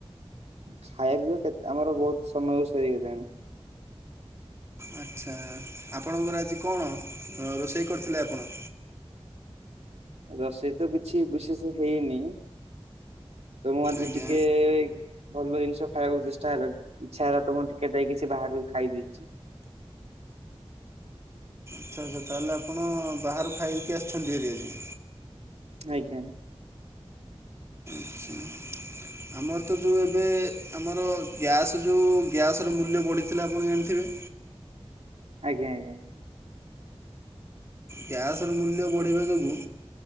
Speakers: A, on the right (about 80°); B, on the right (about 25°).
A: ଖାଇବ କେତ୍ ଆମର ବହୁତ ସମୟରୁ ସରିଗଲାଣି।
B: ଆଚ୍ଛା ଆପଣଙ୍କର ଆଜି କଣ ରୋଷେଇ କରିଥିଲେ ଆପଣ?
A: ରୋଷେଇ ତ କିଛି ବିଶେଷ ହେଇନି ତ ମୁଁ ଆଜି
B: ଆଜ୍ଞା
A: ଟିକେ ଭଲ ଜିନିଷ ଖାଇବାକୁ ଚେଷ୍ଟା ହେଲା ଇଚ୍ଛା ହେଲା ତ ମୁଁ ଟିକେ ଯାଇକି ସେ ବାହାରୁ ଖାଇ ଦେଇଛି।
B: ଆଛା ଆଛା ତାହେଲେ ଆପଣ ବାହାରୁ ଖାଇକି ଆସିଛନ୍ତି ହେରିଆଜି।
A: ଆଜ୍ଞା।
B: ଆଚ୍ଛା, ଆମର ତ ଯୋଉ ଏବେ ଆମର ଗ୍ୟାସ୍ ଯୋଉ ଗ୍ୟାସ୍ ମୂଲ୍ୟ ବଢ଼ିଥିଲା ଆପଣ ଜାଣିଥିବେ?
A: ଆଜ୍ଞା ଆଜ୍ଞା।
B: କ୍ୟାସ ର ମୂଲ୍ୟ ବଢ଼ିବା ଯୋଗୁଁ